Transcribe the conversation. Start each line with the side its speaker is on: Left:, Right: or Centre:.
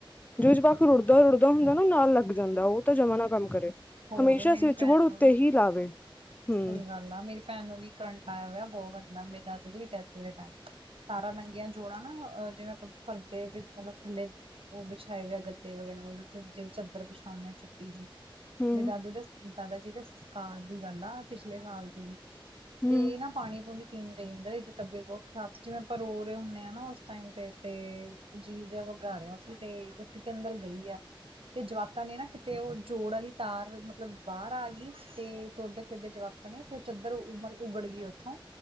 Left: ਜੋ ਜਵਾਕ ਰੁੜਦਾ-ਰੁੜਦਾ ਹੁੰਦਾ ਨਾ ਨਾਲ ਲੱਗ ਜਾਂਦਾ ਤਾਂ ਜਮ੍ਹਾਂ ਨਾ ਕੰਮ ਕਰੇ।
Right: ਹੋਰ
Left: ਹਮੇਸ਼ਾ
Right: ਮੇਰੀ
Left: ਸਵਿਚ
Right: ਭੈਣ
Left: ਬੋਰਡ ਉੱਤੇ
Right: ਨੂੰ ਵੀ
Left: ਹੀ ਲਾਵੇ, ਹੂੰ।
Right: ਸਹੀ ਗੱਲ ਮੇਰੀ ਭੈਣ ਨੂੰ ਵੀ ਕਰੰਟ ਆਯਾ ਹੋਯਾ ਬਹੋਤ ਗੰਦਾ ਮੇਰੇ ਦਾਦੂ ਦੀ ਡੈਥ ਦੇ ਟੈਮ। ਤਾਰਾਂ ਨੰਗੀਆਂ ਜੋੜਾਂ ਨਾ ਜਿਵੇਂ ਆਪਾਂ ਪਰਦੇ ਵਿੱਚ ਮਤਲਬ ਥੱਲੇ ਓ ਵਿਛਾਏ ਹੋਆ ਗੱਦੇ ਵਗੈਰਾ ਓਦੇ ਤੇ ਚੱਦਰ ਵਿਛਾਉਂਨੇ ਆ ਚਿੱਟੀ ਜੀ।
Left: ਹੂੰ
Right: ਮੇਰੇ ਦਾਦੂ ਦੇ ਦਾਦਾ ਜੀ ਦੇ ਸੰਸਕਾਰ ਦੀ ਗੱਲ ਆ ਪਿਛਲੇ ਸਾਲ ਦੀ।
Left: ਹੂੰ
Right: ਤੇ ਨਾ ਪਾਣੀ-ਪੂਣੀ ਪੀਣ ਦੇ ਜਾਂਦਾ ਇਦੀ ਤਬੀਅਤ ਬੋਤ ਖਰਾਬ ਸੀ ਜਿਵੇਂ ਆਪਾਂ ਰੋਰੇ ਹੁੰਨੇ ਆਂ ਨਾ ਉਸ ਟਾਈਮ ਤੇ ਜੀ ਜ ਘਬਰਾ ਰੇਆ ਸੀ ਤੇ ਉੱਠ ਕੇ ਅੰਦਰ ਗਈ ਆ ਤੇ ਜਵਾਕਾਂ ਨੇ ਨਾ ਕਿਤੇ ਉਹ ਜੋੜ ਆਲੀ ਤਾਰ ਮਤਲਬ ਬਾਰ ਆ ਗਈ ਤੇ ਤੁਰਦੇ-ਫਿਰਦੇ ਜਵਾਕਾਂ ਨੇ ਤੇ ਓ ਚੱਦਰ ਤਲ ਉਗੜ ਗਈ ਓਥੋਂ,